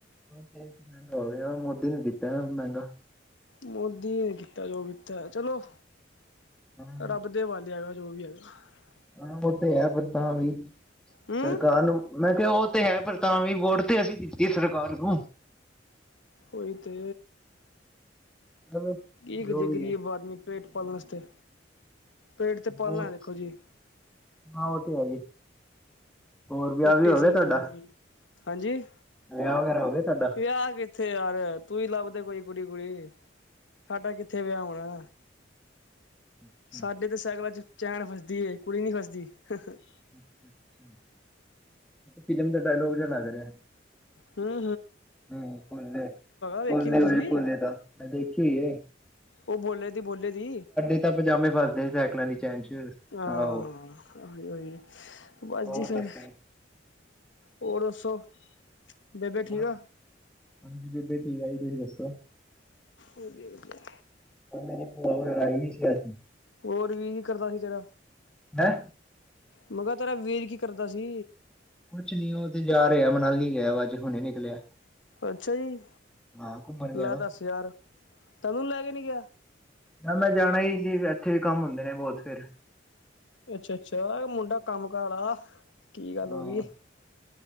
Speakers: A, in the centre; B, on the left.
A: ਤੇ ਮਹਿੰਗਾ ਹੋ ਗਿਆ ਵਾ ਮੋਦੀ ਨੇਤਾ ਵ ਮਹਿੰਗਾ
B: ਮੋਦੀ ਨੇ ਕੀਤਾ ਜੋ ਕੀਤਾ ਚਲੋ।
A: ਹਾਂ
B: ਰੱਬ ਦੇ ਵਾਲ ਆ ਜੋ ਵੀ ਹੈਗਾ <unintelligible>
A: ਹਾਂ, ਉਹ ਤੇ ਹੈ ਪਰ ਤਾਂ ਵੀ
B: ਹੂੰ
A: ਸਰਕਾਰ ਨੂੰ ਮੈਂ ਕਿਹਾ ਉਹ ਤੇ ਹੈ ਪਰ ਤਾਵੀਂ ਵੋਅਟ ਤੇ ਅਸੀਂ ਦਿੱਤੀ ਸਰਕਾਰ ਨੂੰ।
B: ਉਈ ਤੇ
A: ਚਲੋ
B: ਕੀ
A: ਜੋ
B: ਕੁ ਜੇ
A: ਵੀ
B: ਗ਼ਰੀਬ
A: ਹੈ
B: ਆਦਮੀ ਪੇਟ ਪਾਲਸਤੇ ਪੇਟ ਤੇ ਪਾਲਣਾ
A: ਹੋਰ
B: ਦੇਖੋ ਜੀ।
A: ਹਾਂ ਉਹ ਤੇ ਹੈ ਜੀ ਹੋਰ ਵਿਆਹ
B: ਰੋਟੀ
A: ਵੀ ਹੋ
B: ਅਸੀਂ
A: ਗਿਆ ਤੁਆਡਾ
B: ਕਿਵੇਂ ਖਾਣੀ। ਹਾਂਜੀ।
A: ਵਿਆਹ ਵਗੈਰਾ ਹੋ ਗਿਆ ਤਾਡਾ
B: ਵਿਆਹ ਕਿੱਥੇ ਆਰ ਤੂੰ ਈ ਲੱਭਦੇ ਕੋਈ ਕੁੜੀ ਕੁੜੀ ਸਾਡਾ ਕਿੱਥੇ ਵਿਆ ਹੋਣਾ।
A: ਅੱਛਾ
B: ਸਾਡੇ ਤੇ ਸੈਕਲਾਂ ਚ ਚੈਨ ਫਸਦੀ ਐ ਕੁੜੀ ਨਹੀਂ ਫਸਦੀ <unintelligible>
A: ਅ ਅੱਛਾ ਫਿਲਮ ਦਾ ਡਾਇਲੋਗ ਜਿਹਾ ਲਗ ਰਿਹਾ।
B: ਹਂ
A: ਹਂ ਫੋਲੇ
B: ਵੇਖੀ
A: ਬੋਲਲੇ
B: ਨੀ ਤੁਸੀਂ
A: ਬਾਈ ਫੋਲੇ ਦਾ ਮੈਂ ਦੇਖੀ ਐ।
B: ਉਹ ਬੋਲੇ ਦੀ ਬੋਲੇ ਦੀ
A: ਤਾਂ ਪਜਾਮੇ ਫਸਦੇ ਸਾਈਕਲਾਂ ਦੀ ਚੈਨ ਚ
B: ਹਾਂ,
A: ਆਹੋ।
B: ਓਹੀ ਈ ਬਸ
A: ਹੋਰ
B: ਜੀ ਫਿਰ
A: ਦੱਸੋ
B: ਹੋਰ ਦੱਸੋ। ਬੇਬੇ ਠੀਕ
A: ਬਸ
B: ਆ
A: ਹਾਂਜੀ‌ ਬੇਬੇ ਦਵਾਈ ਦੁਵਈ ਦੱਸੋ।
B: ਵਧੀਆ ਵਧੀਆ।
A: ਮੈਂ ਭੂਆ ਵਗੇਰਾ ਰੈਈ ਸੀ ਅੱਜ।
B: ਹੋਰ ਵੀ ਕਰਦਾ ਸੀ ਤੇਰਾ
A: ਹੈਂ!
B: ਮਗੇ ਤੇਰਾ ਵੀਰ ਕੀ ਕਰਦਾ ਸੀ।
A: ਕੁਛ ਨੀਂ ਉਹ ਤੇ ਜਾ ਰਿਹਾ ਮਨਾਲੀ ਗਿਆ ਵਾ ਅੱਜ ਹੁਣੇ ਨਿਕਲਿਆ।
B: ਅੱਛਾ ਜੀ,
A: ਹਾਂ ਘੁੰਮਣ ਗਿਆ
B: ਲੈ
A: ਨਾ।
B: ਦਸ ਯਾਰ ਤੈਨੂੰ ਨੂੰ ਲੈ ਕੇ ਨੀਂ ਗਿਆ।
A: ਨਾ ਮੈਂ ਜਾਣਾ ਹੀ ਸੀ ਇੱਥੇ ਕੰਮ ਹੁੰਦੇ ਨੇਂ ਬਹੁਤ ਫੇਰ
B: ਅੱਛਾ ਅੱਛਾ ਮੁੰਡਾ ਕੰਮ ਕਾਰ ਆ ਕੀ ਗੱਲ
A: ਹਾਂ
B: ਹੋਈ।